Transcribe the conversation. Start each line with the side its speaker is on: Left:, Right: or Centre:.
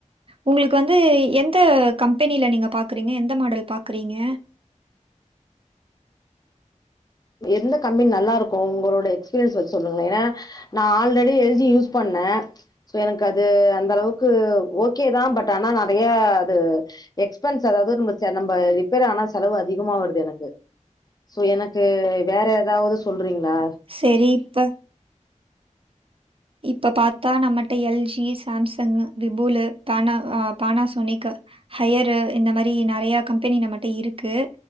Right: உங்ளுக்கு வந்து எந்த கம்பெனில நீங்க பாக்குறீங்க எந்த மாடல் பாக்குறீங்க
Left: எந்த கம்மெனி நல்லா இருக்கு உங்களோட எக்ஸ்பீரியன்ஸ் வச் சொல்லுங்களே ஏனா நா ஆல்ரெடி எல் ஜி யூஸ் பண்ண சோ எனக் அது அந்தளவுக்கு ஓகேதா பட் ஆனா நெறைய அது எக்ஸ்பென்ஸ் அதாவ்து நம்ம ச நம்ப ரிப்பேர் ஆனா செலவு அதிகமா வருது எனக்கு சோ என க்கு வேற எதாவது சொல்றீங்ளா
Right: சேரி இப்ப இப்ப பாத்தா நம்மட்ட எல் ஜி சாம்சங் விபுலு பேனா அ பேனாசோனிக்கு ஹையரு இந்த மாரி நெறைய கம்பெனி நம்மட்ட இருக்கு